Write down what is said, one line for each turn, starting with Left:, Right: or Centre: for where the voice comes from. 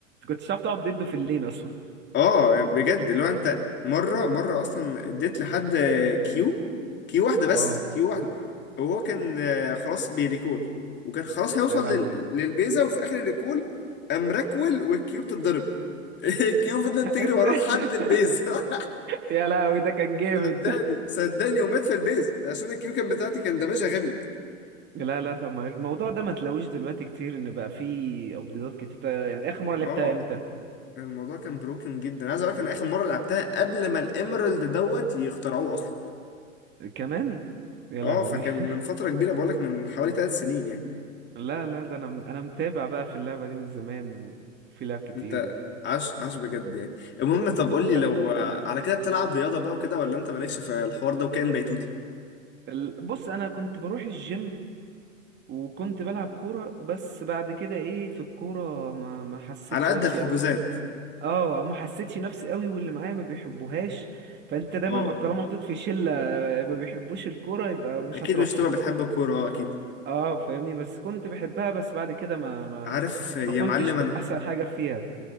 Right: كنتش تعرف تقعد ضده في اللين اصلا
Left: اه بجد اللي هو انت مره مره اصلا اديت لحد كيو كيو واحده بس
Right: اه
Left: كيو واحده وهو كان آه، خلاص بيريكول وكان خلاص هيوصل
Right: يا لهوي
Left: لل... للبيزا وفي اخر الريكول قام راكول والكيو بتتضرب <laughs> الكيو فضلت
Right: <laughs>
Left: تجري وراه لحد البيزا <laughs>
Right: يا لهوي ده كان جامد
Left: صدقني
Right: ده
Left: صدقني ومات في البيز عشان الكيو كان بتاعتي كان دمجها غبي
Right: لا لا ده ما- الموضوع ده ما تلاقوش دلوقتي كتير ان بقى فيه ابديتات كتير يعني اخر مره لعبتها
Left: اه
Right: امتى
Left: الموضوع كان بروكن جدا عايز اقول لك انا اخر مره لعبتها قبل ما الاميرالد دوت يخترعوه اصلا
Right: كمان يا
Left: اه
Right: لهوي
Left: فكان
Right: <laughs>
Left: من فترة كبيرة بقولك من حوالي ثلاث سنين يعني
Right: لا لا ده انا انا متابع بقى في اللعبة دي من زمان وفي لعب كتير
Left: انت
Right: و...
Left: عاش عاش بجد يعني المهم طب قولي
Right: ت-
Left: لو آه، على كده بتلعب رياضة بقى وكده ولا انت مالكش في الحوار ده وكائن بيتوتي
Right: ال- بص انا كنت بروح الجيم وكنت بلعب كورة بس بعد كده ايه في الكورة ما ما حسيتش
Left: على قد
Right: نفسي
Left: الحجوزات
Right: قوي اه ما حسيتش نفسي قوي واللي معايا ما بيحبوهاش فانت دايما
Left: اه
Right: ما طالما محطوط في شلة ما بيحبوش الكورة يبقى مش
Left: اكيد
Right: هتروحها
Left: مش تبقى بتحب الكورة آه، اكيد
Right: اه فاهمني بس كنت بحبها بس بعد كده ما ما
Left: عارف يا
Right: ما كنتش
Left: معلم انا
Right: احسن حاجة فيها